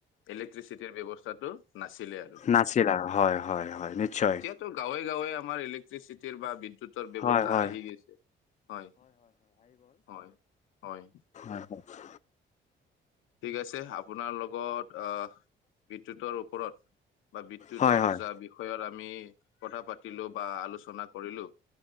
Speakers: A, on the left; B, on the left.
A: ইলেক্ট্ৰিচিটিৰ ব্যৱস্থাটো নাছিলে। আৰু
B: নাছিলে হয় হয় নিশ্চয়।
A: ত' গাঁৱে গাঁৱে আমাৰ ইলে ক্ট্ৰিচিটিৰ বা বিদ্যুতৰ ব্যৱস্থা
B: হয়, হয়,
A: আহি গৈছে, হয় হয়। হয়।
B: আৰু কওঁক?
A: ঠিক আছে আপোনাৰ লগত অহ বিদ্যুতৰ ওপৰত বা বিদ্যুতৰ
B: হয়, হয়,
A: যা বি ষয়ৰ আমি কথা পাতিলো বা আলোচনা কৰিলো,